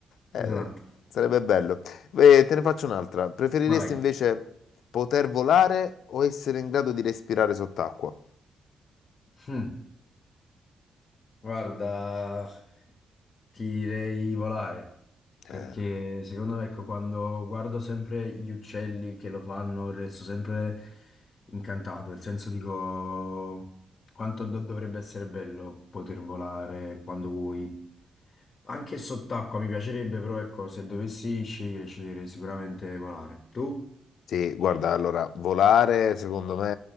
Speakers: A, on the left; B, on the left.
A: Eh,
B: esatto,
A: sarebbe bello. Eh, te ne faccio un'altra. Preferiresti
B: vai.
A: invece poter volare o essere in grado di respirare sott'acqua?
B: Hmm. Guarda, ti direi volare, perché
A: Eh,
B: secondo me, ecco, quando guardo sempre gli uccelli che lo fanno, resto sempre incantato, nel senso dico quanto do- dovrebbe essere bello poter volare quando vuoi. Anche sott'acqua mi piacerebbe, però ecco, se dovessi scegliere, sceglierei sicuramente volare. Tu?
A: sì, guarda, allora, volare secondo me